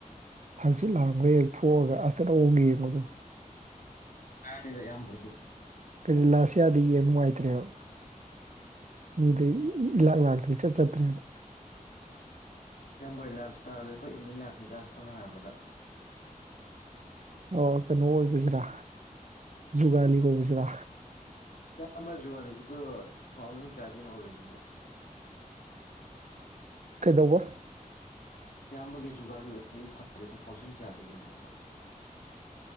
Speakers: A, on the right; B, on the left.
A: ꯍꯛꯆꯤꯛ ꯂꯥꯡꯉꯨꯒꯦ ꯊꯣꯛꯑꯒ ꯑꯁꯠ ꯍꯣꯡꯒꯤ ꯃꯗꯨ
B: ꯉꯥꯡꯅꯤꯗ ꯏꯌꯥꯝꯕꯈꯣꯏꯗꯤ
A: ꯀꯔꯤ ꯂꯥꯁ ꯌꯔꯗꯒꯤ ꯌꯦꯡꯕ ꯅꯨꯡꯉꯥꯏꯇ꯭ꯔꯦꯕ ꯃꯤꯗꯤ ꯏꯂꯥꯛ-ꯂꯥꯛꯇ꯭ꯔꯦ ꯏꯆꯠ ꯆꯠꯇ꯭ꯔꯦꯕ
B: ꯏꯌꯥꯝꯕꯈꯣꯏ ꯂꯥꯏꯞ ꯏꯁꯇꯥꯏꯜꯗꯤ ꯑꯩꯈꯣꯏ ꯑꯦꯝ ꯏꯟ ꯂꯥꯏꯞꯅꯤꯗ ꯁꯝꯅ ꯍꯥꯏꯔꯕꯗ
A: ꯑꯣ ꯀꯩꯅꯣ ꯑꯣꯏꯕꯁꯤꯔ ꯖꯨꯒꯥꯂꯤ ꯑꯣꯏꯕꯁꯤꯔ
B: ꯀꯀꯥ ꯑꯃ ꯋꯨꯒꯥꯂꯤꯁꯤꯕꯨ ꯇꯨ ꯊꯥꯎꯖꯟ ꯀꯌꯥꯗꯩꯅꯣ ꯑꯣꯏꯔꯁꯤꯕ
A: ꯀꯩꯗꯧꯕ
B: ꯏꯌꯥꯝꯕꯒꯤ ꯖꯨꯒꯥꯂꯤ ꯑꯣꯏꯕ-ꯒꯤ-ꯐꯪ ꯖꯦ ꯇꯨꯊꯥꯎꯖꯟ ꯀꯌꯥꯗꯒꯤꯅꯣꯕ